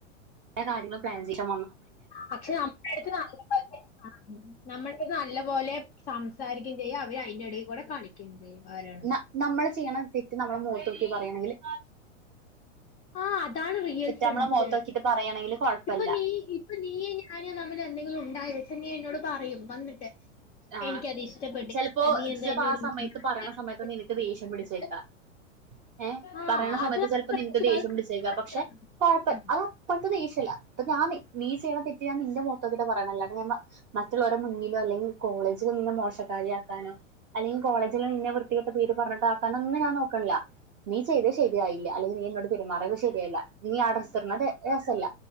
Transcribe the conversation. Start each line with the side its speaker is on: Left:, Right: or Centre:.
Right: എല്ലാ കാര്യങ്ങളും പ്ലാൻ ചെയ്തു.
Left: പക്ഷെ നമ്മടെ അടുത്ത് <inaudible> നമ്മൾക്ക് നല്ലപോലെ സംസാരിക്ക ചെയ്യാം അവര് അയിന്റെ ഇടയ്ക്കൂടെ കാണിക്കുകയും ചെയ്യും. ആരാണ്
Right: അല്ല നമ്മള് ചെയ്യണ തെറ്റ് നമ്മളെ മോത്തോക്കി പറയാണെങ്കില്.
Left: ആഹ് അതാണ് റിയൽ ഫ്രണ്ട്സ്
Right: നമ്മളെ മുഖത്ത് നോക്കിയിട്ട് പറയാണെങ്കിൽ കുഴപ്പമില്ല
Left: ഇപ്പൊ നീ ഇപ്പെ നീയും ഞാനും തമ്മിൽ എന്തെങ്കിലും ഉണ്ടായാൽ. നീ എന്നോട് പറയും വന്നിട്ട്.
Right: ആഹ്
Left: എനിക്കത് ഇഷ്ടപ്പെട്ടില്ല
Right: ചിലപ്പോ
Left: നീ എന്താ
Right: ചിലപ്പോ
Left: എന്നോട്
Right: ആ
Left: മിണ്ടാത്തെ?
Right: സമയത്ത് പറയണ
Left: അങ്ങനത്തെ
Right: സമയത്ത് നിനക്ക്
Left: ഒക്കെ ചോദിക്കും.
Right: ദേഷ്യം പിടിച്ചേക്കാം. ഏഹ്
Left: ആ
Right: പറയണ സമയത്ത്
Left: അതാണ്
Right: ചിലപ്പോ
Left: ഫ്രണ്ട്ഷിപ്പ്
Right: നിനക്ക് ദേഷ്യം
Left: അത്
Right: പിടിച്ചേക്കാം പക്ഷെ കൊഴപ്പില്ല
Left: ഉം.
Right: ആ അപ്പോഴത്തെ ദേഷ്യം. കൊഴപ്പമില്ല അപ്പൊ ഞാൻ നീ ചെയ്യാണം തെറ്റ്. ഇത് ഞാൻ നിന്റെ മുഖത്ത് നോക്കിട്ട് ആണ് പറയാണം അല്ലാതെ. മറ്റ്ല്ലോരെ മുന്നിലോ അല്ലെങ്കി കോളേജിൽ നിന്നെ മോശ കളിയാക്കാനോ അല്ലെങ്കി കോളേജില് നിന്നെ വൃത്തികെട്ട പേര് പറഞ്ഞിട്ട് ആക്കാനോന്നും ഞാൻ നോക്ക്ണ്ല്ല നീ ചെയ്ത് ശരിയായില്ല അല്ലെങ്കി നീ എന്നോട് പെരുമാറിയത് ശരിയല്ല ഇനി ആ ഡസ്റ്റർമല് രസല്ല